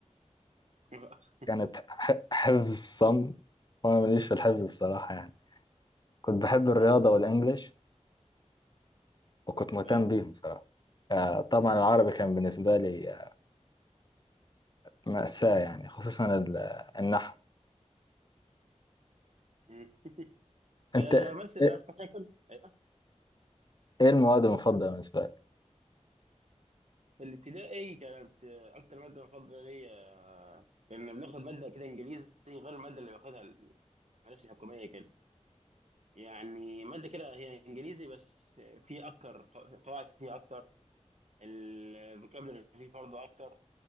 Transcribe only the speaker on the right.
<laughs>
مم.
ايوه
مم.
آه، بس آه،
عشان كده أيوة.
في الابتدائي كانت آه، اكتر ماده مفضله ليا آه، كنا بناخد ماده كده انجليزي غير الماده اللي باخدها المدارس الحكوميه كده يعني ماده كده هي انجليزي بس آه، في اكتر قو- قواعد فيها اكتر الفوكابلري فيه برضه اكتر